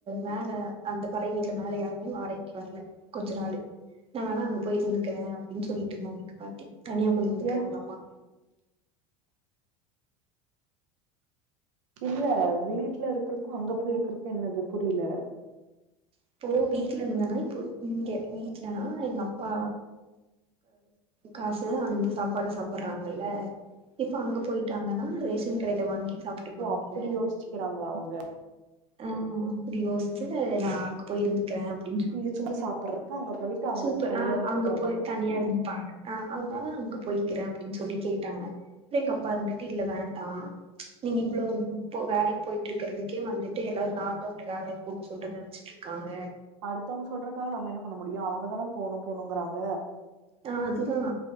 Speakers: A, on the right; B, on the right.
A: மேல அந்த பழைய வீட்டுல மேல யாருமே வரல வாடடைக்கு வரல கொஞ்ச நாளு நான் வேநா அங்க போய் இரு இருக்கேன் அப்டின்னு சொல்லிட்டு இருந்தாங்க எங்க பாட்டி தனியா போயிருந்துக்காங்களாமா
B: ஏ இல்ல வீட்ல இருக்கிறக்கும் அங்க போயிருக்குறக்கும் என்னது புரியல
A: இப்போ வீட்ல இருந்தேன்னா இப்போ இங்க வீட்லனா எங்க அப்பா காசு அந்து சாப்பாடு சாப்படுறாங்கல்ல இப்ப அங்க போயிட்டாங்கன்னா ரேஷன் கடையில வாங்கி சாப்ட்டுப்பாங்கல்ல
B: ஓ அப்புடி யோசிச்சுக்கிறாங்களா அவுங்க
A: ஆ அப்டி யோசிச்சு நான் அங்க போய் இருந்துக்கிறேன் அப்டினு சொல்லு
B: இங்க சும்மா சாப்பட்றக்கு அங்க போயிட்டு அவங்க
A: சூப்பர்
B: தனியா
A: ஆ
B: இருந்துக்கிற
A: அங்க போய்
B: மாரியா
A: தனியா இருந்துப்பாங்க ஆ அதனாலா அங்க போய்கிறேன் அப்டின்னு சொல்லி கேளு கூப்டாங்க எங்க அப்பா இருந்துட்டு இல்ல வேண்டா நீங்க இவ்ளோ வேலைக்கு போயிட்டு இருக்கிறதுக்கே வந்துட்டு எல்லாரும் நா தான் உன்ன வேலைக்கு போக சொல்லடன்னு நனச்சட்டுருக்காங்க
B: அடுத்தவங்க சொல்றக்காக நம்ம என்ன பண்ண முடியும் அவுங்கதானே போணும் போணுங்கிறாங்க
A: ஆ அதுதான்